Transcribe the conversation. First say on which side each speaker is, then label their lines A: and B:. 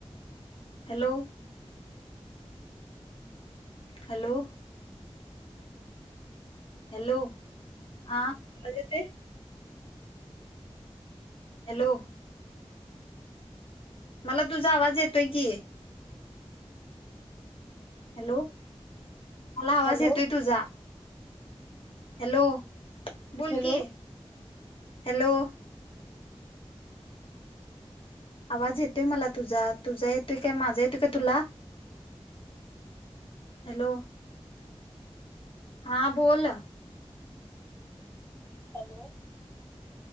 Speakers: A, on the left (about 55°); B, on the left (about 25°).
A: hello hello hello हा येत हॅलो मला तुझा आवाज येतोय की हॅलो मला आवाज
B: हॅलो
A: येतोय तुझा हॅलो बोल
B: हॅलो
A: की हॅलो आवाज येतोय मला तुझा तुझा येतोय काय माझा येतोय काय तुला हॅलो हा बोल
B: हॅलो